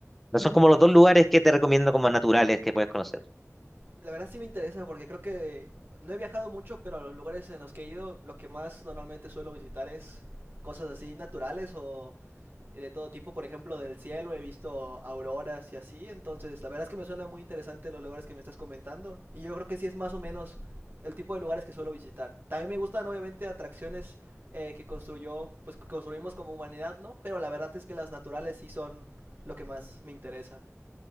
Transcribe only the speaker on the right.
La verdad sí me interesa porque creo que no he viajado mucho, pero a los lugares en los que he ido, lo que más normalmente suelo visitar es cosas así naturales o de todo tipo, por ejemplo, del cielo, he visto auroras y así, entonces la verdad es que me suena muy interesante los lugares que me estás comentando y yo creo que sí es más o menos el tipo de lugares que suelo visitar. También me gustan obviamente atracciones eh, que construyó, pues que construimos como humanidad, ¿no? Pero la verdad es que las naturales sí son lo que más me interesa.